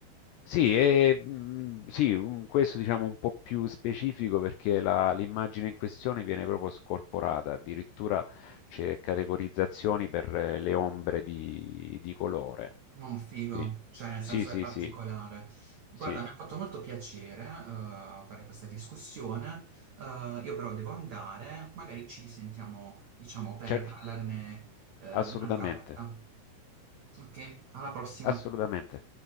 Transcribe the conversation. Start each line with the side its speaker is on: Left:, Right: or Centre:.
Left: Sì, e, mm, sì, un- questo diciamo un po' più specifico perché la- l'immagine in questione viene proprio scorporata, addirittura c'è categorizzazioni per eh, le ombre di, di colore.
Right: Ma figo,
Left: Sì,
Right: cioè nel
Left: sì,
Right: senso
Left: sì,
Right: è particolare.
Left: sì,
Right: Guarda,
Left: sì.
Right: mi ha fatto molto piacere eh, fare questa discussione, Eh, io però devo andare, magari ci risentiamo, diciamo, per
Left: C'è-
Right: parlarne eh,
Left: Assolutamente,
Right: un'altra volta. Ok, alla prossima.
Left: assolutamente.